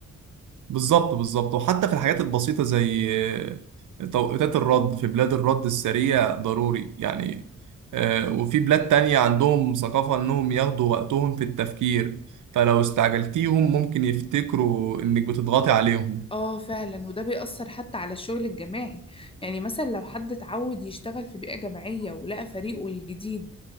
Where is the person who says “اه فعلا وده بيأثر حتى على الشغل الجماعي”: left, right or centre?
Left